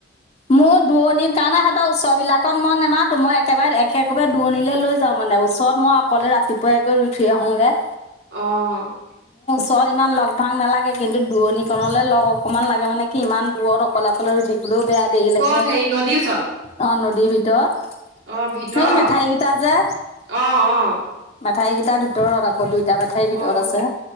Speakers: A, on the left; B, on the right.
A: মোৰ দুৰণিৰ কাৰণে সিহঁতৰ ওচৰ বিলাকত মই নেমাতো, মই একেবাৰে একে একেবাৰে দূৰণিলৈ লৈ যাওঁ মানে। মানে ওচৰত মই অকলে ৰাতিপুৱাই গৈ ৰুই থৈ আহোঁগৈ।
B: অ'।
A: ওৰত ইমান লগ ভাং নালাগে, কিন্তু দূৰণিকণলে লগ অকণমান লাগে মানে কি ইমান দূৰত অকলে অকলে ৰুই থাকিবলৈও বেয়া দেৰিলৈকে
B: ক'ত হেৰি নদীৰ ওচৰত
A: অ', নদীৰ ভিতৰত
B: অ', ভিতৰত
A: সেৰি মেঠাইকেইটা যে
B: অ', অ',
A: মেঠাইকেইটাৰ ভিতৰত আকৌ দুইটা মেঠাইৰ
B: অ',
A: ভিতৰত আছে